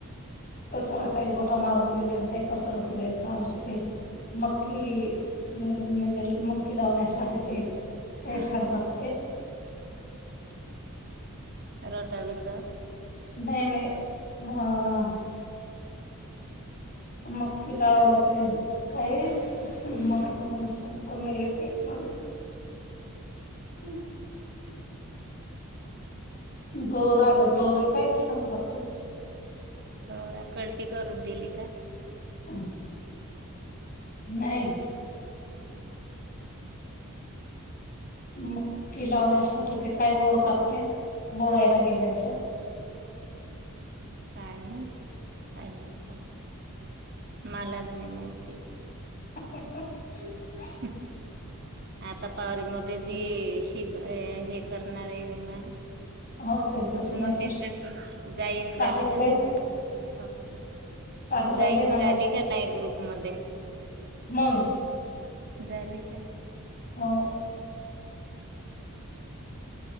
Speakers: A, on the left; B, on the right.
A: कसरा काही रोटा मारून दिल्या आणि काही कसरा उचलायच आमचं ते मक्की म्हणजे मक्की लावण्यासाठी ते काही
B: हा
A: छांान लागते
B: रोट बीटर
A: नाही नाही अ मक्की लावायला ते काय मराठी म सगता नाही येत आहे माझ हम् दोरा ग दोरे काय सांगतात तू
B: बरा कल्ट करून दिली का
A: हम नाही
B: हम्म्
A: म कि लावण्यासाठी तेे काही ओढतात ते ओढायला गेले असं <inaudible>
B: काय मात काय म्हणत मला नाही माहिती
A: <inaudible>
B: हम् हम आता पावरी म बी शिक हे करणार आहे रिमा
A: हो ते
B: ग्रुस
A: तस मेसेज
B: मध्ये जाईन
A: टाकलेलं
B: झाले का
A: आहे
B: नाही
A: ना टाकलेलं
B: जाईन
A: आहे ना
B: झाली
A: मेसेज
B: का नाही ग्रुप म
A: मग
B: बल का
A: हो